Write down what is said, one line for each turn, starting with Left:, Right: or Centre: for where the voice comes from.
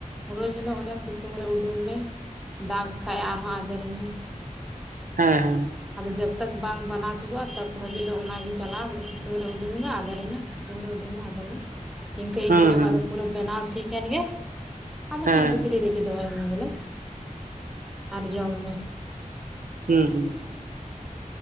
Centre: ᱨᱳᱡᱽ ᱦᱤᱞᱳᱜ ᱚᱱᱟ ᱥᱤᱛᱩᱝ ᱨᱮ ᱩᱰᱩᱠ ᱢᱮ᱾ ᱫᱟᱜᱽ ᱠᱷᱟᱭ ᱟᱨᱦᱚᱸ ᱟᱫᱮᱨ ᱢᱮ᱾
Right: ᱦᱮᱸ ᱦᱮᱸ
Centre: ᱡᱚᱵᱛᱟᱚᱠ ᱵᱟᱝ ᱵᱟᱱᱟᱣ ᱴᱷᱤᱠᱚᱜᱼᱟ ᱛᱚᱵ ᱦᱟᱹᱵᱤᱡ ᱫᱚ ᱚᱱᱟᱜᱮ ᱪᱟᱞᱟᱜᱼᱟ ᱵᱚᱞᱮ ᱥᱤᱛᱩᱝ ᱨᱮ ᱩᱰᱩᱝ ᱢᱮ ᱟᱫᱮᱨ ᱢᱮ ᱥᱤᱛᱩᱝ ᱨᱮ ᱩᱰᱩᱝ ᱢᱮ ᱟᱫᱮᱨ ᱢᱮ ᱤᱱᱠᱟᱹ ᱤᱧᱠᱟᱹ
Right: ᱦᱮᱸ
Centre: ᱡᱟ
Right: ᱦᱮᱸ
Centre: ᱫᱚ ᱯᱩᱨᱟᱹ ᱵᱮᱱᱟᱣ ᱴᱷᱤᱠ ᱮᱱ ᱜᱮ ᱟᱫᱚ
Right: ᱦᱮᱸ
Centre: ᱯᱷᱤᱨ ᱵᱷᱤᱛᱨᱤ ᱨᱮᱜᱮ ᱫᱚᱦᱚᱭ ᱢᱮ᱾ ᱵᱚᱞᱮ ᱟᱨ ᱡᱚᱢ ᱢᱮ
Right: ᱦᱮᱸ ᱦᱮᱸ